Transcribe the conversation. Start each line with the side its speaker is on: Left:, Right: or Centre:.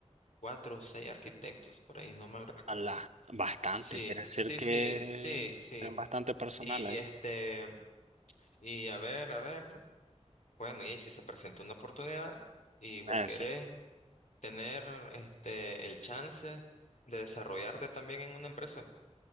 Left: cuatro o seis arquitectos, por ahí, no mal recuerdo.
Right: a la, bastante.
Left: Sí,
Right: Quiere
Left: sí,
Right: decir que
Left: sí, sí, sí.
Right: es bastante personal
Left: Y
Right: ahí.
Left: este, y a ver, a ver. Bueno, y ahí si se presenta una oportunidad y vos
Right: Eh,
Left: querés
Right: sí,
Left: tener este el chance de desarrollarte también en una empresa,